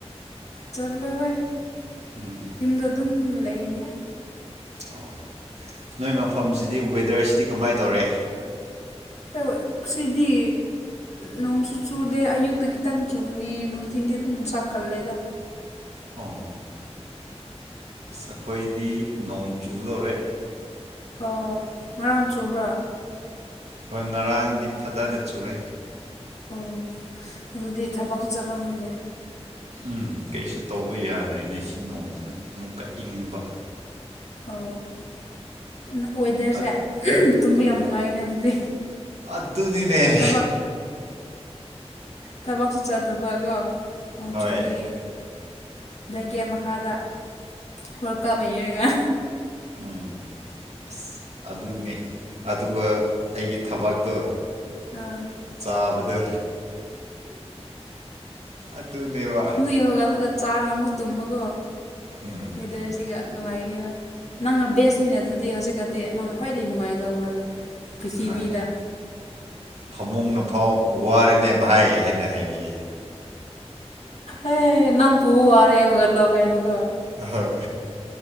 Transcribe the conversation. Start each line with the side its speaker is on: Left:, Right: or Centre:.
Left: ꯆꯠꯂꯋꯣꯢ
Right: ꯎꯝ
Left: ꯌꯨꯝꯗ ꯑꯗꯨꯝ ꯂꯩꯅꯤ
Right: ꯑꯣ ꯅꯣꯏ ꯃꯐꯝꯁꯤꯗꯤ ꯋꯦꯗꯔꯁꯤꯗꯤ ꯀꯃꯥꯏ ꯇꯧꯔꯦ
Left: ꯑꯩꯈꯣꯢꯋꯦ ꯁꯤꯗꯤ ꯅꯣꯡꯁꯨ ꯆꯨꯗꯦ ꯑꯌꯨꯛꯇ ꯈꯤꯇꯪ ꯆꯨꯅꯤ ꯅꯨꯡꯊꯤꯟꯗꯤ ꯑꯗꯨꯝ ꯆꯥꯛꯀꯜꯂꯦꯗ
Right: ꯑꯣ ꯑꯁ ꯑꯈꯣꯏꯗꯤ ꯅꯣꯡ ꯆꯨꯗꯣꯔꯦ
Left: ꯑꯣ ꯉꯔꯥꯡ ꯆꯨꯕ꯭ꯔꯥ
Right: ꯍꯣꯏ ꯉꯔꯥꯡꯗꯤ ꯐꯖꯅ ꯆꯨꯔꯦ
Left: ꯑꯣ ꯑꯗꯨꯗꯤ ꯊꯕꯛꯁꯨ ꯆꯠꯂꯝꯃꯣꯏꯅꯦ
Right: ꯎꯝ ꯀꯩꯁꯨ ꯇꯧꯕ ꯌꯥꯗ꯭ꯔꯦꯅꯦ ꯁꯤ ꯅꯣꯡꯁꯤꯅ ꯑꯃꯨꯛꯀ ꯏꯪꯕ
Left: ꯑꯣ ꯑꯃ ꯋꯦꯗꯔꯁꯦ
Right: ꯑꯠ
Left: ꯇꯨꯝꯕ
Right: ꯍꯣꯏ
Left: ꯌꯥꯝ ꯅꯨꯡꯉꯥꯏꯒꯅꯤ ꯑꯗꯨꯗꯤ
Right: ꯑꯗꯨꯅꯤꯅꯦ
Left: ꯊꯕꯛ ꯊꯕꯛꯁꯨ ꯆꯠꯇꯕ ꯀꯣ ꯅꯣꯡꯆꯨꯕꯒꯤ
Right: ꯍꯣꯏ
Left: ꯕ꯭ꯂꯦꯡꯀꯦꯠ ꯃꯈꯥꯗ ꯍꯣꯔ ꯀꯞ ꯌꯦꯡꯔꯒ
Right: ꯎꯝ ꯑꯁ ꯑꯗꯨꯅꯦ ꯑꯗꯨꯒ ꯑꯩꯒꯤ ꯊꯕꯛꯇꯣ__
Left: ꯑꯥ
Right: ꯆꯥꯕꯗꯣ ꯑꯗꯨꯅꯦꯕ
Left: ꯌꯣꯒꯍꯜꯒ ꯆꯥꯒ ꯑꯃꯨꯛ ꯇꯨꯝꯕꯒꯣ
Right: ꯎꯝ
Left: ꯋꯦꯗꯔꯁꯤꯒ ꯅꯨꯡꯉꯥꯏꯅꯦꯍꯣꯏ ꯅꯪꯅ ꯕꯦꯁꯅꯤꯅꯦ ꯑꯗꯨꯗꯤ ꯍꯧꯖꯤꯛꯀꯥꯟꯗꯤ ꯅꯪꯅ ꯈ꯭ꯋꯥꯏꯗꯒꯤ ꯅꯨꯡꯉꯥꯏꯒꯗꯕ ꯃꯥꯜꯂꯦ ꯄ꯭ꯔꯤꯊꯤꯕꯤꯗ
Right: ꯍꯣꯏ ꯐꯃꯨꯡꯅꯐꯥꯎ ꯋꯥꯔꯦꯅꯦꯝ ꯚꯥꯏ ꯍꯦꯟꯅ ꯍꯥꯏ ꯕꯤꯌꯦ
Left: ꯑꯦ ꯅꯪ ꯄꯨꯕ ꯋꯥꯔꯦ ꯍꯧꯒꯠꯂꯣ ꯀꯥꯏꯅꯀꯣ
Right: ꯑꯥ ꯍꯣꯏ